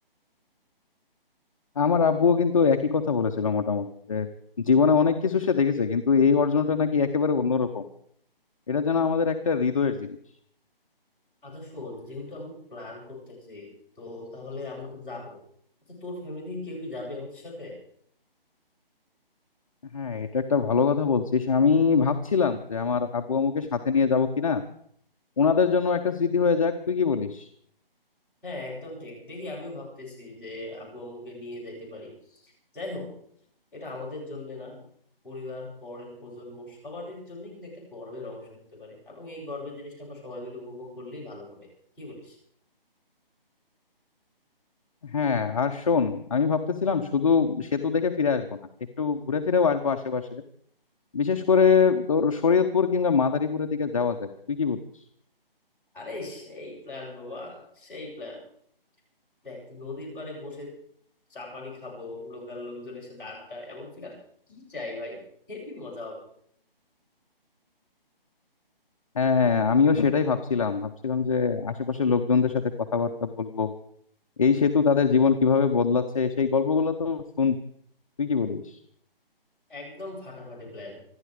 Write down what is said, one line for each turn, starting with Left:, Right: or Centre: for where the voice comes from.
Left: আমার আব্বুও কিন্তু একই কথা বলেছিল মোটামুটি যে জীবনে অনেক কিছু সে দেখেছে কিন্তু এই অর্জনটা নাকি একেবারে অন্যরকম এটা যেন আমাদের একটা হৃদয়ের জিনিস
Centre: আচ্ছা শোন যেহেতু আমরা প্ল্যান করতেছি তো তাহলে আমরা তো যাবো আচ্ছা তোর ফ্যামিলি থেকে কেউ কি যাবে আমাদের সাথে
Left: হ্যাঁ এটা একটা ভালো কথা বলছিস আমি ভাবছিলাম যে আমার আব্বু আম্মুকে সাথে নিয়ে যাব কিনা ওনাদের জন্য একটা স্মৃতি হয়ে যাক তুই কি বলিস
Centre: হ্যাঁ একদম ঠিক দেখি আমিও ভাবতেছি যে আব্বু আম্মুকে নিয়ে যাইতে পারি যাই হোক এটা আমাদের জন্য না পরিবার পরের প্রজন্ম সবারই জন্য কিন্তু একটা গর্বের অংশ হতে পারে এবং এই গর্বের জিনিসটা আমরা সবাই মিলে উপভোগ করলেই ভালো হবে কি বলিস
Left: হ্যাঁ আর শোন আমি ভাবতেছিলাম শুধু সেতু দেখে ফিরে আসবো না একটু ঘুরে ফিরেও আসবো আশেপাশে বিশেষ করে তোর শরীয়তপুর কিংবা মাদারীপুরের দিকে যাওয়া যায় তুই কি বলিস
Centre: আরে সেই প্ল্যান বাবা সেই প্ল্যান দেখ নদীর পাড়ে বসে চা পানি খাবো লোকাল লোকজনের সাথে আড্ডা এমন ফিল আর কি চাই ভাই হেভি মজা হবে
Left: হ্যাঁ আমিও সেটাই ভাবছিলাম ভাবছিলাম যে আশেপাশের লোকজনদের সাথে কথাবার্তা বলবো এই সেতু তাদের জীবন কিভাবে বদলাচ্ছে সেই গল্পগুলো তো শুন তুই কি বলিস
Centre: একদম ফাটাফাটি প্ল্যান